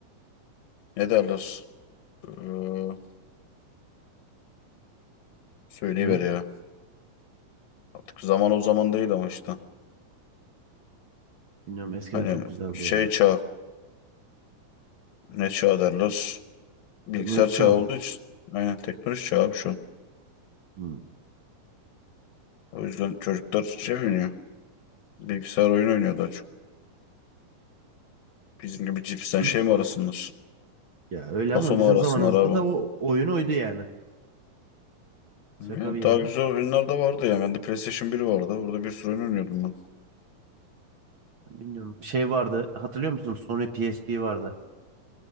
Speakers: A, on the left; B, on the right.
A: Ne derler? Ee, söyleyiver
B: Neyi?
A: ya. Artık zaman o zaman değil ama işte.
B: Bilmiyorum eskiden
A: Hani
B: çok güzeldi
A: şey
B: ya.
A: çağı. Ne çağı derler? Bilgisayar
B: Teknoloji
A: çağı
B: çağı
A: olduğu
B: mı?
A: için. Aynen teknoloji çağı abi şu an.
B: Hmm.
A: O yüzden çocuklar şey oynuyor. Bilgisayar oyunu oynuyor daha çok. Bizim gibi cipsten
B: <clears throat>
A: şey mi arasınlar?
B: Ya öyle
A: Taso
B: ama bizim
A: mu arasınlar
B: zamanımızda
A: abi?
B: da o oyun oydu yani. Şaka
A: Ya,
B: bir yana.
A: daha güzel oyunlar da vardı ya. Bende PlayStation 1 vardı. Orada bir sürü oyun oynuyordum ben.
B: Bilmiyorum. Şey vardı. Hatırlıyor musunuz? Sony PSP vardı.